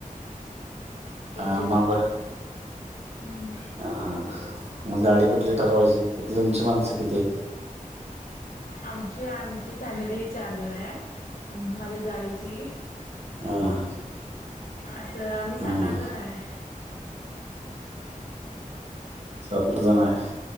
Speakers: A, on the left; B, on the right.
A: तुमची
B: हा, म आपण
A: हम्म.
B: हा. मग गाडी कुठली ठरवायची, तुमची माणसं किती हायत्?
A: आमची आमची फॅमिली चार जण आहे. माझ्या जावेची
B: <unintelligible>
A: असं आम्ही सात,
B: हां.
A: आठ जनाय.
B: शापुरला जाणार हाइत.